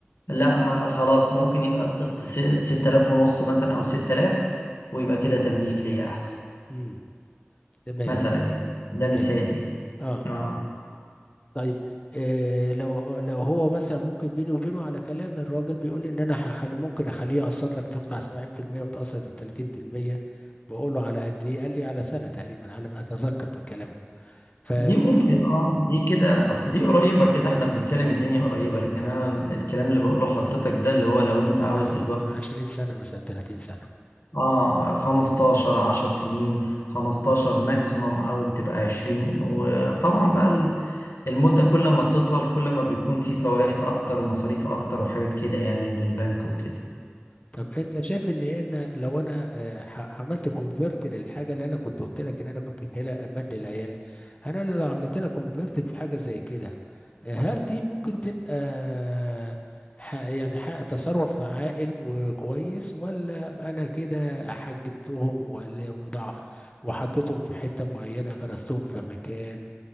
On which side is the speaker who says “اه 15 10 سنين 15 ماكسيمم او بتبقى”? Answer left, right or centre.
Left